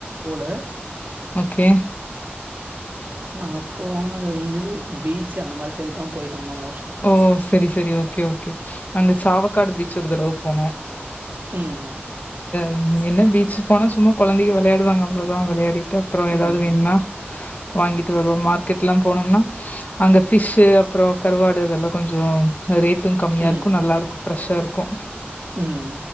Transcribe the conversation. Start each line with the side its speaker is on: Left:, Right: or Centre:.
Right: போல
Left: ஓகே
Right: நாங்க போனதுந்து பீச் அந்த மாதிரி சைடுதா போயிட்டு வந்தோ மோ
Left: ஓ சேரி சேரி ஓகே ஓகே அங்க சாவ க்காடு பீச் ஒரு தடவ போனோ
Right: ம்
Left: ம் என்ன பீச்சி போனா சும்மா குழந்தைங்க விளையாடுவாங்க அவ்ளோதா விளையாடிட் ட் அப்புறோ ஏதாது
Right: ம்.
Left: வேணுன்னா வாங்கிட்டு வருவோ மார்க்கெட்ல்லா போனோம்னா அங்க ஃபிஷ் அப்புறோ கருவா டு இதெல்லா கொஞ்சோ ரேட் ட்டு கம்மியா
Right: ம்.
Left: இருக்கு நல்லா இருக்கு ஃப்ரெஷ்ஷா இருக்கு
Right: ம்.